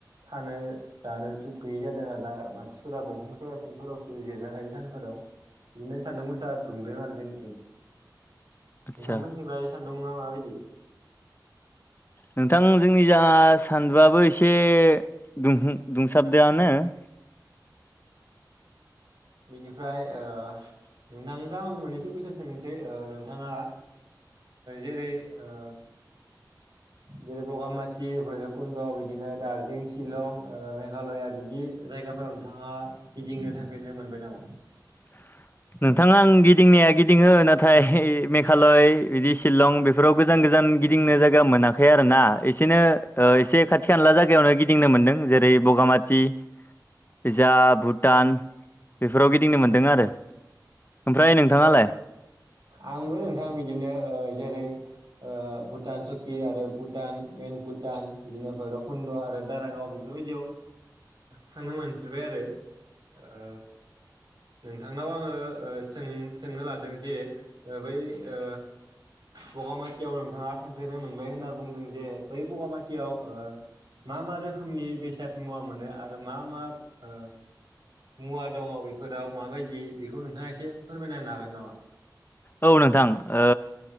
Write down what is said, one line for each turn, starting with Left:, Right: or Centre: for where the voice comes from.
Right: थानो जानो सुख गैयै जादों आरोना मानसि फोरा दंफां साया सिंफोरावसो जिरायना थायो सानफोराव । बिदिनो सान्दुं गोसा दुंदों आरो जोंनिथिं।
Left: आदसा
Right: नोंथांमोनथिंलाय सान्दुंया माबायदि?
Left: नोंथां जोंनिजा सान्दुंआबो एसे दह दुंसाबदोंआनो। <inaudible>
Right: बिनिफ्राय ओ नोंथांखौ आं मोननैसो कुइसन सोंनोसै नोंथाङा जेरै ओ जेरै बगामाथि भैरबकुन्द' बिदिनो दार्जिलिं शिलं ओ मेघालया बिदि जायगाफोराव नोंथाङा गिदिंनो थांफेरनो मोनबाय नामा?
Left: <inaudible> नोंथाङा आं गिदिंनाया गिदिङो नाथाय मेघालय बिदि सिलं बेफोराव गोजान गोजान गोजान गिदिंनो जायगा मोनाखै आरो ना एसेनो एसे खाथि खानला जायगायावनो गिदिंनो मोनदों जेरै जेरै बगामाथि ओजा भुटान बेफोराव गिदिंनो मोन्दों आरो। ओमफ्राय नोंथाङालाय
Right: औ आंबो नोंथां बिदिनो ओ जेरै ओ भुटान सकि आरो भुटान मेन भुटान बिदिनो भैरबकुन्द आरो दारागाव गाव बेफोरबायदियाव थांनो मोनफेरबाय आरो ओ नोंथांनाव आङो सों सोंनो लादों जे बै ओ बगामातियाव नोंथाङा थांफेरनो मोनबाय होनना बुंदों जे बै बगामातियाव मा मा रोखोमनि बेसाद मुवा मोनो आरो मा मा ओ मुवा दङ बेफोराव माबायदि बेखौ नोंथाङा एसे फोरमायना हागोन नामा?
Left: औ नोंथां ओ